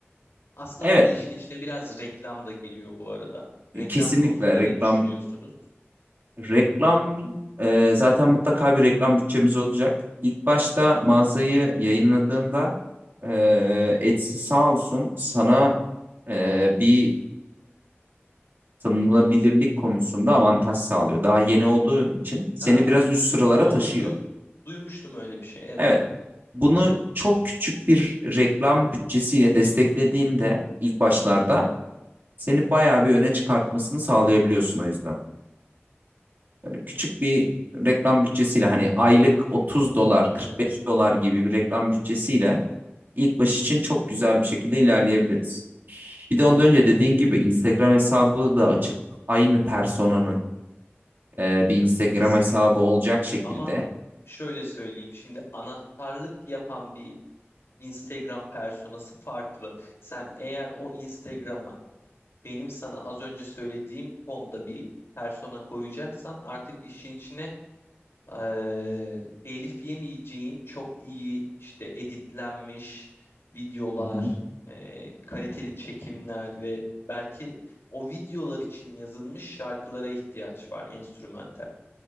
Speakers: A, on the left (about 70°); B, on the right (about 50°).
A: Aslında
B: Evet
A: burada işin içine biraz reklam da giriyor bu arada. Reklam
B: kesinlikle
A: konusunda
B: reklam
A: ne düşünüyorsunuz?
B: Reklam e, zaten mutlaka bir reklam bütçemiz olacak. İlk başta mağazayı yayınladığında e, Etsy sağ olsun sana e, bir tanınabilirlik konusunda avantaj sağlıyor. Daha yeni olduğun için seni
A: Aa,
B: biraz üst sıralara
A: doğru
B: taşıyor.
A: duy- duymuştum öyle bir şey. Evet.
B: Evet. Bunu çok küçük bir reklam bütçesiyle desteklediğinde ilk başlarda seni bayağı bir öne çıkartmasını sağlayabiliyorsun o yüzden. Böyle küçük bir reklam bütçesiyle hani aylık 30 dolar,
A: Evet,
B: 45 dolar gibi bir reklam bütçesiyle ilk baş için çok güzel bir şekilde ilerleyebiliriz. Bir de ondan önce dediğin gibi Instagram hesabı da açıp aynı personanın e, bir Instagram
A: kesinlikle.
B: hesabı olacak şekilde.
A: Ama şöyle söyleyeyim. Şimdi anahtarlık yapan bir Instagram personası farklı. Sen eğer o Instagram'a benim sana az önce söylediğim tonda bir persona koyacaksan artık işin içine eee, telif yemeyeceğin çok iyi işte editlenmiş videolar,
B: Hı hı.
A: eee, kaliteli çekimler ve belki o videolar için yazılmış şarkılara ihtiyaç var enstrümantal.